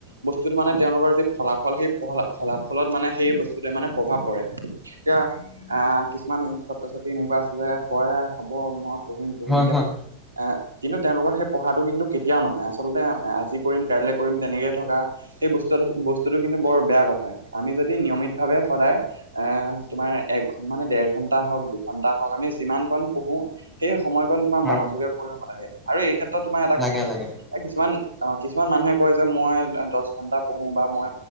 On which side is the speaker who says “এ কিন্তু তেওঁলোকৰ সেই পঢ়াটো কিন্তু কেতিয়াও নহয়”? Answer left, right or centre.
Right